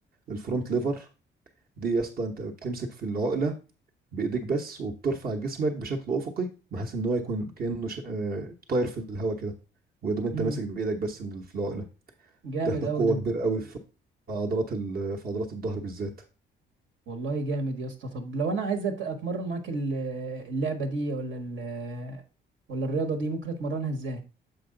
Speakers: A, on the right; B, on the right.
A: الفرونت ليفر دي يا اسطى انت بتمسك في العقلة بايديك بس وبترفع جسمك بشكل افقي بحيث ان هو يكون كأنه ش... آه، طاير في الهواء كده ويدوم انت
B: امم
A: ماسك بايدك بس من- في العقلة
B: جامد
A: بتحتاج
B: قوي
A: قوة
B: ده
A: كبيرة قوي في عضلات ال... في عضلات الظهر بالذات
B: والله جامد يا اسطى طب لو انا عايز أت- اتمرن معاك ال- اللعبه دي ولا ال- ولا الرياضه دي ممكن اتمرنها ازاي